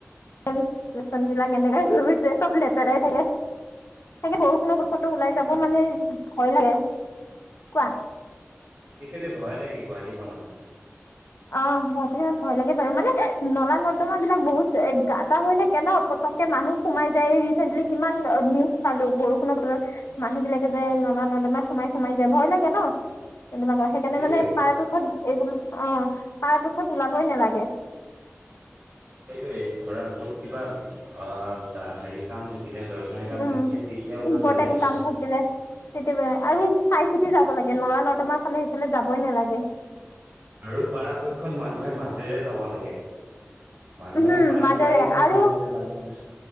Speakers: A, on the left; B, on the right.
A: লৰা ছোৱালীবিলাক এনেকে ঘুই ফুৰিছে চব লেতেৰাই থাকে, তাকে বহুত কোনো কতো ওলাই যাব মানে ভয় লাগে, কোৱা।
B: আজিকালি ভয় লাগে। গুৱাহাটীখনত।
A: অ গুৱাহাটীখনত ভয় লাগে বাৰু, মানে নলা নৰ্দমাবিলাক বহুত গাটা হৈ থাকে ন পতককে মানুহ সোমাই যায় ৰিচেণ্টলি কিমান নিউ পালো বৰষুণৰ বতৰত মানুহবিলাকে যে নলা নদমা সোমাই সোমাই যায় ভয় লাগে ন। এইবিলাকত সেই
B: সেইটোৱে
A: কাৰণে মানে পাৰাপক্ষত এইবিলাক অ পাৰা পক্ষত ওলাবই নালাগে।
B: সেইটোৱে ধৰা বহুত কিবা অ হেৰি কাম থাক থাকিলে দৰকাৰী কাম
A: উম
B: থাকিলে তেতিয়া ওলোৱা
A: ইম্পৰ্টেণ্ট
B: বেলেগ কথা
A: কাম থাকিলে কেতিয়াবা আৰু চাই চিতি যাব লাগে নলা নৰ্দমা ফালে সেইফালে যাবই নালাগে।
B: আৰু পাৰাপক্ষত মানুহে মাজেৰে যাব লাগে। মানুহে
A: উম
B: পানী
A: মাজেৰে
B: পাই কেনে
A: আৰু
B: মাজে মাজে যাব <unintelligible>